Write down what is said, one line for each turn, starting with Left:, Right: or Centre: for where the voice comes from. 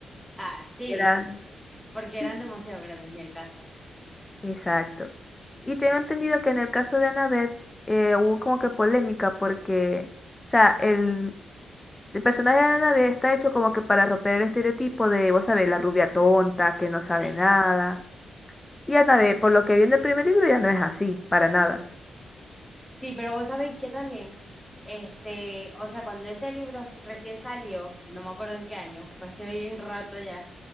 Centre: Ah, sí,
Left: Eran.
Centre: porque eran
Left: <laughs>
Centre: demasiado grandes, ni el caso.
Left: Exacto. Y tengo entendido que en el caso de Annabeth eh, hubo como que polémica porque, o sea, el, el personaje de Annabeth está hecho como que para romper el estereotipo de, vos sabés, la rubia tonta, que no sabe
Centre: Sí,
Left: nada. Y Anabel, por lo que vi en el primer libro, ya no es así, para nada.
Centre: sí, pero vos sabéis que también, este, o sea, cuando ese libro s- recién salió, no me acuerdo en qué año, fue hace bien rato ya,